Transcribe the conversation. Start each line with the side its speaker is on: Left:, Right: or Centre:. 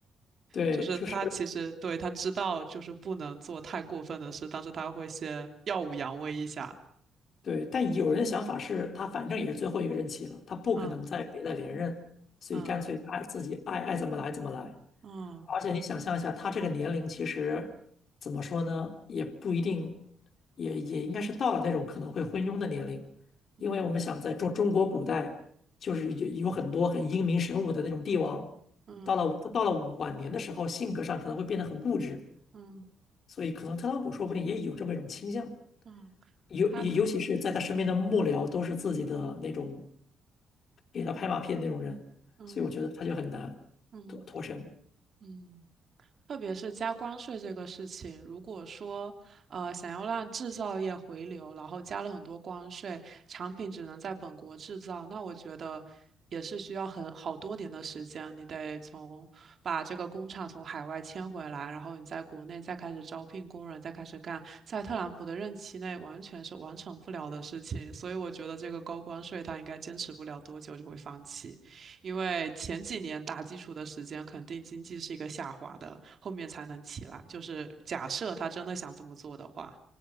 Left: 对，
Right: 就是他其实对他知道就是不能做太过分的事，
Left: 就是。
Right: 但是他会先耀武扬威一下。
Left: 对，但有人的想法是他反正也是最后一个任期了，他不可能再再连任，
Right: 嗯
Left: 所以干脆爱自己爱爱怎么来怎么来。
Right: 嗯嗯
Left: 而且你想象一下，他这个年龄其实怎么说呢，也不一定，也也应该是到了那种可能会昏庸的年龄，
Right: 嗯
Left: 因为我们想在中中国古代，就是有有很多很英明神武的那种帝王，
Right: 嗯
Left: 到了到了晚年的时候，性格上可能会变得很固执，
Right: 嗯
Left: 所以可能特朗普说不定也有这么一种倾向。
Right: 嗯，
Left: 尤尤其是在他身边的幕僚都是自己的那种
Right: 他他
Left: 给他拍马屁的那种人，
Right: 嗯
Left: 所以我觉得他就很难脱脱身。
Right: 嗯嗯。特别是加关税这个事情，如果说呃想要让制造业回流，然后加了很多关税，产品只能在本国制造，那我觉得也是需要很好多年的时间，你得从把这个工厂从海外迁回来，然后你在国内再开始招聘工人，再开始干，在特朗普的任期内完全是完成不了的事情，所以我觉得这个高关税他应该坚持不了多久就会放弃。因为前几年打基础的时间，肯定经济是一个下滑的，后面才能起来。就是假设他真的想这么做的话，